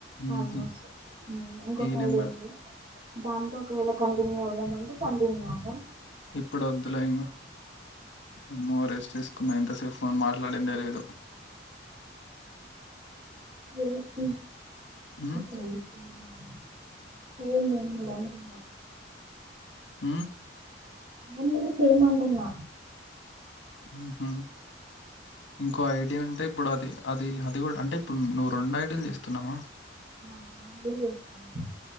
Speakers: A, on the left; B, on the right.
A: ఉహు
B: ఆల్మోస్ట్ మ్మ్ ఇంకొక
A: ఈ నెంబర్
B: ఐడియా ఉంది దాంతో కోళ్ల కంపెనీ పోదాం అంటే <unintelligible> న్నాము
A: ఇప్పుడు వద్దులే ఇంగా అమ్మో రెస్ట్ తీసుకున్న ఇంతసేపు ఫోన్ మ ట్లాడిందేలేదు
B: గేనిసి
A: ఉమ్
B: <inaudible> ఏమ్ <inaudible> దంటున్న
A: మ్మ్
B: నేను కూడా చేమంటున్న
A: మ్మ్ హు ఇంకో ఐడి ఉంటే ఇప్పుడు అది అది అది కూడా అంటే ఇప్పుడు నువ్వు రెండు ఐడిలు చేస్తున్నావా
B: ఆ <inaudible>